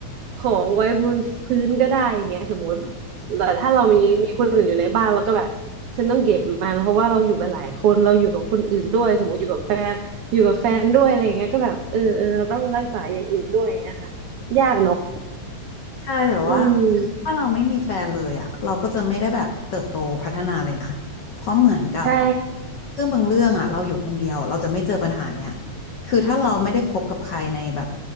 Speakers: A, on the right; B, on the left.
A: ของไว้บนพื้นก็ได้อย่างเงี้ยสมมติแต่ถ้าเรามีมีคนอื่นอยู่ในบ้านเราก็แบบฉันต้องเก็บมันเพราะว่าเราอยู่กันหลายคนเราอยู่กับคนอื่นด้วยสมมติอยู่กับแฟนอยู่กับแฟนด้วยอะไรอย่างเงี้ยก็แบบเออเออเราต้องรักษาอย่างอื่นด้วยอย่างเงี้ยค่ะยากเนาะ
B: ใช่แต่ว่า
A: <laughs> อืม
B: ถ้าเราไม่มีแฟนเลยอ่ะเราก็จะไม่ได้แบบเติบโตพัฒนาเลยนะเพราะเหมือนกับ
A: ใช่
B: เรื่องบางเรื่องอ่ะเราอยู่คนเดียวเราจะไม่เจอปัญหาเนี่ยคือถ้าเราไม่ได้คบกับใครในแบบ